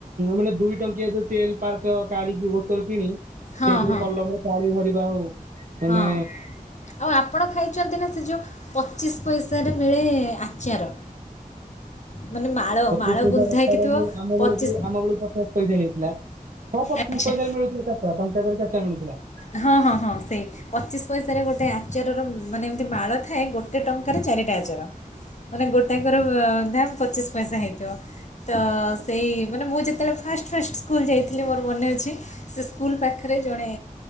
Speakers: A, on the right; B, on the left.
A: ମାନେ ଦୁଇ ଟଙ୍କିଆ ଯୋଉ ଚେନ୍ ପାର୍କ କାଳିି ବୋତଲ କିଣି
B: ହଁ
A: ସେଇଥିରେ
B: ହଁ
A: କଲମରେ କାଳି ଭରିବା ହଉ। ମାନେ
B: ହଁ, ଆଉ ଆପ୍ ଆପଣ ଖାଇଛନ୍ତି ନା ସେ ଯୋଉ ପଚିଶି ପଇସାରେ ମିଳେ ଆଚାର। ମାନେ ମାଳ
A: <inaudible> ମୁଁ
B: ମାଳ ଗୁନ୍ଥା ହେଇକି ଥିବ
A: ଆମ
B: ପଚିଶ
A: ବେଳକୁ, ଆମ ବେଳକୁ <unintelligible> ପଇସା ନେଇଥିଲା ହଁ ପା
B: ଆଚ୍ଛା
A: ପିଶ୍ ପଇସାରେ ମିଳୁଥିଲା ଚାରିଟା ଟଙ୍କା କେରେ ଚାରିଟା ମିଳୁଥିଲା।
B: ହଁ ହଁ ହଁ ସେଇ। ପଚିଶି ପଇସାରେ ଗୋଟେ ଆଚାରର ମାନେ ଏମିତି ମାଳ ଥାଏ ଗୋଟେ ଟଙ୍କାରେ ଚାରିଟା ଆଚାର। ମାନେ ଗୋଟାକର ଦାମ୍ ପଚିଶି ପଇସା ହେଇଥିବ, ତ ସେଇ ମାନେ ମୁଁ ଯେତେବେଳେ ଫାଷ୍ଟ ଫାଷ୍ଟ ସ୍କୁଲ୍ ଯାଇଥିଲି ମୋର ମନେ ଅଛି। ସେ ସ୍କୁଲ୍ ପାଖରେ ଜଣେ